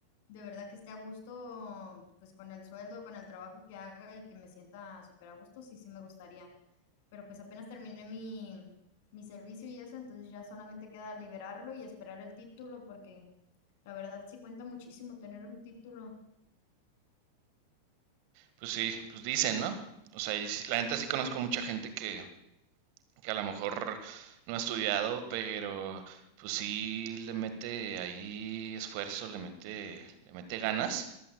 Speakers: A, on the left; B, on the right.
A: de verdad que esté a gusto, pues, con el sueldo, con el trabajo que haga y que me sienta súper a gusto, sí, sí me gustaría. Pero, pues, apenas terminé mi mi servicio y eso, entonces ya solamente queda liberarlo y esperar el título, porque la verdad sí cuenta muchísimo tener un título.
B: Pues sí, pues dicen, ¿no? O sea, y sí- la neta sí conozco mucha gente que, que a lo mejor no ha estudiado, pero pues sí le mete ahí esfuerzo, le mete, le mete ganas